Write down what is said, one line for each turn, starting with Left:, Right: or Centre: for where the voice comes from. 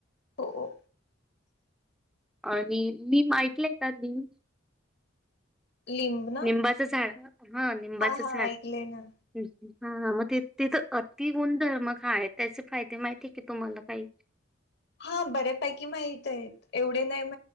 Left: हो हो
Centre: आणि मी माऐटलंय येतानी
Left: लिंब ना
Centre: निंबाचं झाड हा निंबाचं
Left: हा
Centre: झाड
Left: ऐकले ना
Centre: हं हं हा मग ते तर अति गुणधर्मग आहे त्याचे फायदे माहिती आहे की तुम्हाला काही
Left: हा बऱ्यापैकी माहित आहेत एवढे नाही माहि